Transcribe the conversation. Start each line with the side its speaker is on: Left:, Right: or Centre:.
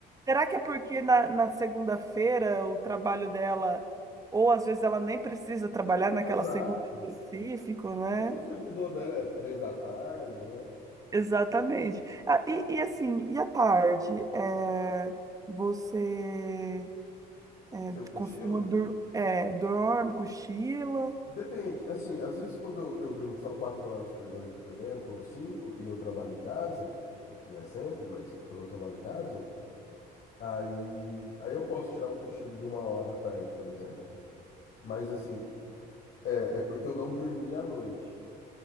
Right: Será que é porque na, na segunda-feira o trabalho dela, ou às vezes ela nem precisa trabalhar naquela
Left: <laughs> Exato.
Right: segunda específico, né?
Left: Ou o segundou dela é três da tarde, né?
Right: Exatamente. Ah, e, e assim, e à tarde? É, você é,
Left: Seu cochilo?
Right: costuma dur é, dorme, cochila?
Left: Depende. Assim, às vezes quando eu, eu durmo só quatro horas por noite, por exemplo, ou cinco, e eu trabalho em casa, o que não é sempre, mas quando eu trabalho em casa. Aí, aí eu posso tirar um cochilo de uma hora à tarde, por exemplo. Mas assim, é, é porque eu não dormi à noite.